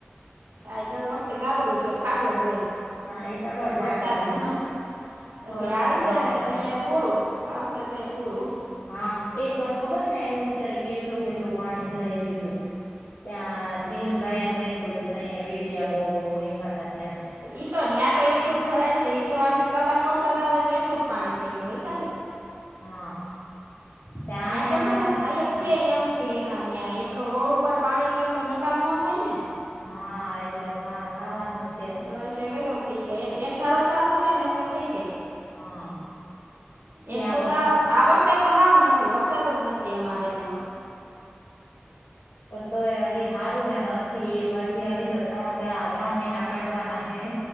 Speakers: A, on the right (about 85°); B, on the left (about 75°).
A: આય દર વખતે ગાબડું જો હોય ખાડો જ હોય
B: હા એ તો કઉ ઢાંકી
A: વરસાદ
B: દીધું
A: નમાં પછી
B: વરસાદ
A: આવશે
B: ન આવવાનું
A: ને તહી પૂરું આવશે તયે પૂરું
B: હા એક વાર ખબર ને આવું ત્યારે કેટલું કેટલું પાણી ભરાઈ ગયું હતું. ત્યાં
A: હા
B: પિયુષભાઈ એને મક્યું તું, તય વિડિયા બહુ બહુ મુક્યતા ત્યારે.
A: ઈ તો, ન્યા તો એટલું જ ભરાય છે, ઈ તો આખડી કલાક વરસાદ આવે એટલે એટલું જ પાણી થઈ છે, વૈશાલ
B: હા ત્યાં
A: ન્યા
B: અહીંયા
A: તો
B: અમારે
A: છે ને, થાય જ
B: હા
A: છે એમ. થૂ એ માંન્યા, એટલો રોડ ઉપર પાણી નો એટલો નિકાલ ન થાય ને.
B: હા એટલે થા થાવાનુંજ છે.
A: હવે એટલે વેલો થઈ જાય એમ, એક ધારો ચાલુ રે ને એટલે થઈ જાય.
B: હા.
A: એમ
B: યા
A: તો
B: બસ
A: ચાપ આ વખતે તો હાવ નથી, વરસાદજ નથી અમારે એટલો.
B: પ તોય એ હજી હારું હે નથી, પછી હજી તો ત્રણ ચા ત્રણ મહિના કાઢવાના હે હે.